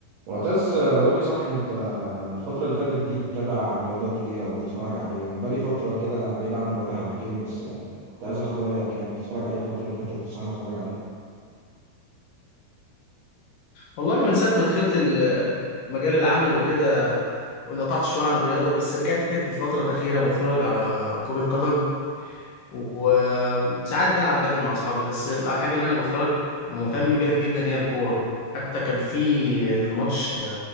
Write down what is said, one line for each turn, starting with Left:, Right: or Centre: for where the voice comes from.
Right: معتز قول لي صح انت الفترة اللي فاتت دي بتتابع رياضات ايه او بتتفرج على ايه انا بقالي فترة كده بعيد عن الرياضة حبتين بس يعني كنت عايز اخد رأيك يعني بتتفرج عليه الفترة اللي فاتت تنصحني اتفرج عليه
Left: والله انا من ساعه ما دخلت ال- مجال العمل وكده وانقطعت شويه عن الرياضه بس رجعت تاني في الفتره الاخيره بتفرج على كره قدم وساعات بلعب بدل مع اصحابي بس الحاجه اللي انا بتفرج ومهتم بيها جدا هي الكوره حتى كان في
Right: مم.
Left: ماتش